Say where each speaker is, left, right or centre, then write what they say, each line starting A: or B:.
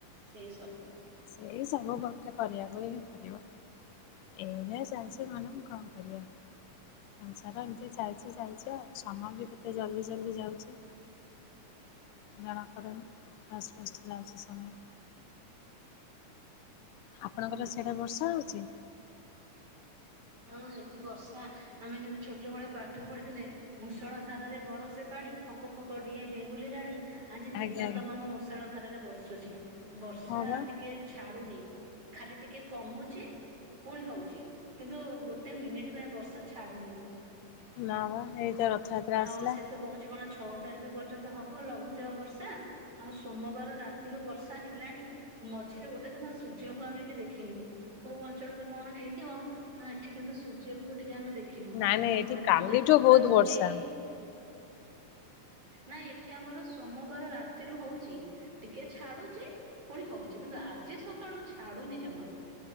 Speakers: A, on the right; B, on the left.
A: ସେଇ ସବୁ।
B: ସେଇ ସବୁ ତତେ କରିବାକୁ ହିଁ ପଡିବ। ଏଉ ନ ଚାଲଛି ମାନେ ଆଉ କଣ କରିବା। ହଁ ସଂସାର ଏମିତି ଚାଲିଛି ଚାଲିଛି ଆଉ ସମୟ ବି କେତେ ଜଲ୍ଦି ଜଲ୍ଦି ଯାଉଛି। ଜଣାପଡ଼ନି କେତେ ଫାଷ୍ଟ ଫାଷ୍ଟ ଯାଉଛି ସମୟ। ଆପଣଙ୍କର ସେଆଡେ ବର୍ଷା ହଉଛି।
A: ହଁ ଏଠି ବର୍ଷା ଆମେ ଯଦି ଛୋଟବେଳେ ପାଠ ପଢିଥିଲେ ମୁଷଳ ଧାରାରେ ବରସେ ପାଣି ଫକ ଫକ ଡିଏ ବେଙ୍ଗୁଲି ରାଣୀ। ଆଜି ଦିନ
B: ଆଜ୍ଞା ଆଜ୍ଞା
A: ତମମ ମୂଷାଳ ଧାରରେ ବର୍ଷୁଛି ବର୍ଷା
B: ହଁ ବା
A: ଟିକେ ଛାଡୁନି। ଖାଲି ଟିକେ କମୁଛି ପୁଣି ହଉଛି। କିନ୍ତୁ ଗୋଟେ ମିନିଟ୍ ପାଇଁ ବର୍ଷା ଛାଡୁନି।
B: ନା ବା ଏଇତ ରଥଯାତ୍ରା
A: ଆଉ
B: ଆସିଲା।
A: ସେ ତ କହୁଛି କଣ ଛଅ ତାରିଖ ପର୍ଯ୍ୟନ୍ତ ହବ ଲଘୁଚାପ ବର୍ଷା ଆଉ ସୋମବାର ରାତିରୁ ବର୍ଷା ହେଲାଣି। ମଝିରେ ଗୋଟେ ଦିନ ସୂର୍ଯ୍ୟଙ୍କୁ ଆମେ ବି ଦେଖିନୁ କୋଉ ଅଞ୍ଚଳରେ କଣ ହେଇଥିବ। ହଁଠିକ କିନ୍ତୁ ସୂର୍ଯ୍ୟଙ୍କୁ ଟିକେ ଆମେ ଦେଖିନୁ
B: ନାଇଁ ନାଇଁ
A: ଆଉ
B: ଏଠି
A: ଘର
B: କାଲିଠୁ
A: ଭିତରେ କପଡା
B: ବହୁତ
A: ଶୁଖେଇକି
B: ବର୍ଷା
A: ନାଇ ଏଠି ଆମର ସୋମବାର ରାତିରୁୁ ହଉଛି। ଟିକେ ଛାଡୁଛି ପୁଣି ହଉଛି କିନ୍ତୁ ଆଜି ସକାଳୁ ଛାଡୁନି ଜମା।